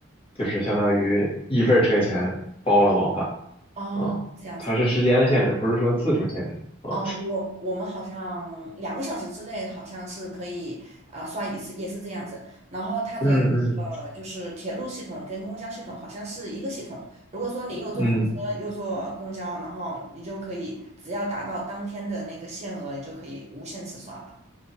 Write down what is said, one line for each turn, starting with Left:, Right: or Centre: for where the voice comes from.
Left: 就是相当于一份儿车钱包了往返
Right: 哦，
Left: 啊。
Right: 这样子。
Left: 它是时间的限制，不是说次数限制啊。
Right: 哦，我我们好像两个小时之内好像是可以啊、刷一次，也是这样子。然后它的那个就是铁路系统跟公交系统好像是一个系统。
Left: 嗯嗯
Right: 如果说你又坐火车又坐公交，
Left: 嗯。
Right: 然后你就可以只要达到当天的那个限额，你就可以无限次刷了。